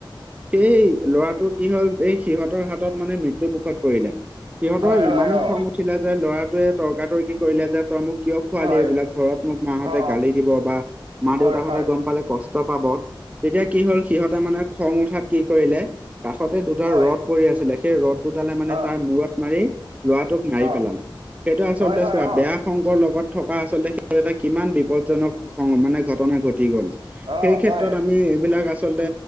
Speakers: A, on the right (about 15°); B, on the right (about 75°).
A: সেই ল'ৰাটো কি হল এই সিহঁত ৰ হাতত মানে মৃত্যু মুখত পৰিলে সিহঁতৰ
B: হয়
A: ইমানে
B: হয় অ
A: খং উঠিলে যে ল'ৰাটোৱে তৰ্কাতৰ্কি কৰিলে যে তই মোক কিয় খোৱালি
B: হয়
A: এইবিলাক ঘৰত মোক মাহঁতে
B: অ অ
A: গালি দিব বা মা
B: হয়
A: দেউতাহঁতে
B: হয়
A: গম পালে কষ্ট পাব তেতিয়া কি হল সিহঁতে মানে খং উঠাত কি কৰিলে কাষতে দুডাল
B: হয়
A: ৰদ পৰি আছিলে সেই ৰদ দুডালে মানে
B: অ
A: তাৰ মূৰত মাৰি লৰাটোক মাৰি
B: অ
A: পেলাল সেইটো আচলতে
B: হয় হয়
A: চোৱা বেয়া
B: অ
A: সংগৰ লগত থকা আচলতে সেইটো এটা কিমান বিপদজনক খং মানে ঘটনা ঘটি গল
B: অ
A: সেই ক্ষেত্ৰত
B: হয়
A: আমি এইবিলাক আচলতে